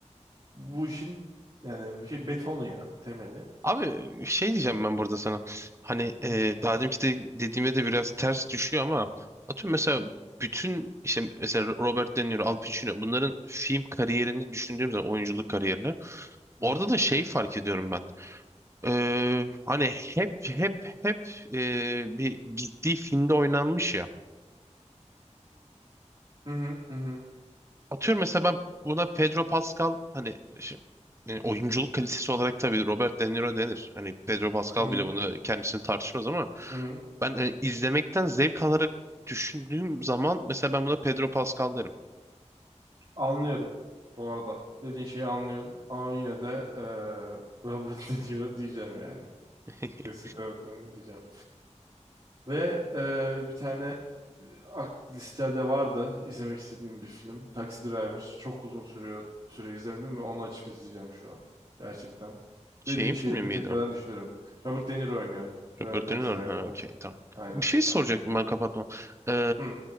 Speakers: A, on the right; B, on the right.
A: bu işin yani şey betonu ya temeli.
B: Abi şey diyeceğim ben burada sana. Hani
A: Hı hı.
B: e, daha deminki de dediğime de biraz ters düşüyor ama atıyorum mesela bütün işte mesela Robert De Niro, Al Pacino bunların film kariyerini düşündüğüm zaman oyunculuk kariyerini
A: Hmm.
B: orada da şey fark ediyorum ben. E, hani hep hep hep e, bir gittiği filmde oynanmış ya.
A: Hı hı hı hı
B: Atıyorum mesela ben buna Pedro Pascal hani şi- yani oyunculuk kalitesi olarak tabii Robert De Niro denir. Hani Pedro Pascal
A: hı hı.
B: bile bunu kendisini tartışmaz ama
A: hı hı.
B: Ben e, izlemekten zevk alarak düşündüğüm zaman mesela ben buna Pedro Pascal derim.
A: Anlıyorum bu arada. Dediğin şeyi anlıyorum. Ama yine de eee <laughs> Robert De Niro diyeceğim yani.
B: <laughs>
A: Kesinlikle evet, e, diyeceğim. Ve e, bir tane e, ak- listede vardı izlemek istediğim bir film. Taxi Driver. Çok uzun sürüyor süre izlemedim ve onu açıp izleyeceğim şu an. Gerçekten.
B: Şeyin
A: Dediğin şeyi
B: filmi
A: de
B: miydi
A: tekrardan
B: o?
A: düşünürüm. Robert De Niro oynuyor. E,
B: Robert
A: Taxi
B: De Niro'nun.
A: Driver'da.
B: Ha, okey, tamam.
A: Aynen,
B: Bir şey soracaktım
A: aynen.
B: ben kapatmam. Ee,
A: Hı.